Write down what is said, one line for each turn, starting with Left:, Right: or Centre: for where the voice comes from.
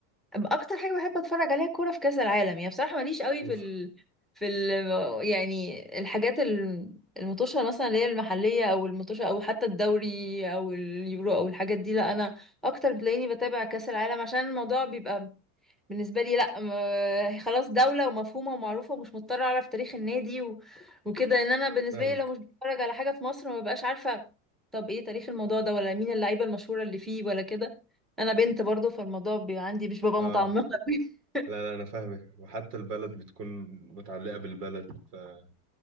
Centre: اكتر حاجه بحب اتفرج عليها كوره في كاس العالم يعني بصراحه ماليش قوي
Right: اوف
Centre: في ال... في ال... يعني الحاجات الم- المطوشه مثلا اللي هي المحليه او المطوشه او حتى الدوري او اليورو او الحاجات دي لا انا اكتر بتلاقيني بتابع كاس العالم عشان الموضوع بيبقى بالنسبة لي لا م- خلاص دولة ومفهومة ومعروفة ومش مضطرة أعرف تاريخ النادي و... وكده إن أنا بالنسبة
Right: فاهمك
Centre: لي لو مش بتفرج على حاجة في مصر ما ببقاش عارفة طب إيه تاريخ الموضوع ده ولا مين اللعيبة المشهورة اللي فيه ولا كده أنا بنت برضو فالموضوع بيبقى عندي مش ببقى
Right: اه
Centre: متعمقة <laughs> أوي.
Right: لا لا انا فاهمك وحتى البلد بتكون متعلقه بالبلد فالموضوع